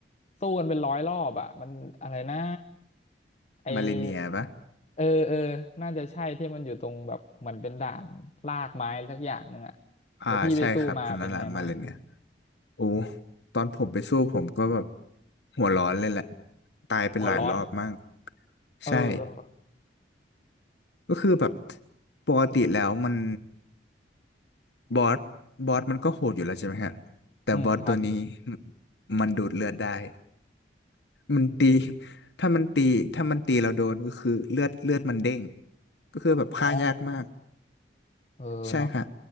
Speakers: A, on the left; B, on the left.
A: สู้กันเป็นร้อยรอบอ่ะมันอะไรนะไอ
B: มาเลเนียปะ
A: เออเออน่าจะใช่ที่มันอยู่ตรงแบบเหมือนเป็นด่านลากไม้สักอย่างหนึ่งอ่ะ
B: อ่าใช่ครับอันนั้นแหละมาเลเนีย
A: แล้วพี่ไปสู้มาเป็นไงมั่ง
B: โอ้ตอนผมไปสู้ผมก็แบบหัวร้อนเลยแหละตายไปหลายรอบมาก
A: หัวร้อนเออ
B: ใช่ก็คือแบบปกติแล้วมันบอสบอสมันก็โหดอยู่แล้วใช่ไหมฮะแต่บอสตัวนี้
A: อืมครับ
B: มันดูดเลือดได้มันตีถ้ามันตีถ้ามันตีเราโดนก็คือเลือดเลือดมันเด้งก็คือแบบฆ่ายากมาก
A: อ๋อเออเนาะ
B: ใช่ค่ะ